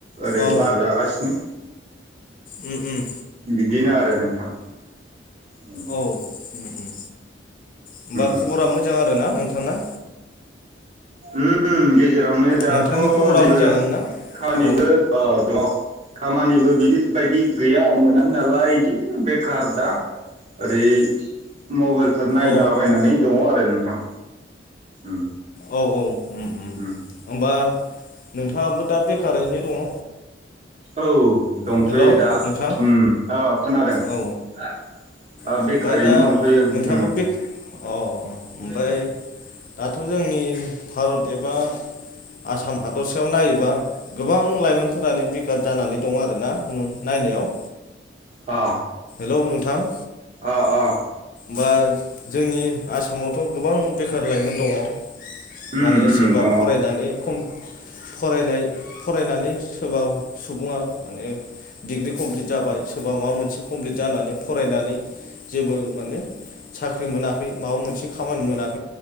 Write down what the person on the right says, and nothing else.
ओरै
बार जागासिनो।
बिदिनो आरो नोंथां उम
उम
उम गेजेरावनो दाथ'
जेबो
खानिबो
अ दङ खामानिबो बिफोरबायदि गैया मोनाखै नालाय इदिनो बेकार दा ओरै मबाइलफोर नायलाबायनानै
दङ आरो नोंथां उम
उम
औ दंथ'यो
दा
उम औ खोनादों
हा आ
बेखारैनो
दंथ'यो
उम
<unintelligible>
अ।
अ अ।
उम
उम
दङ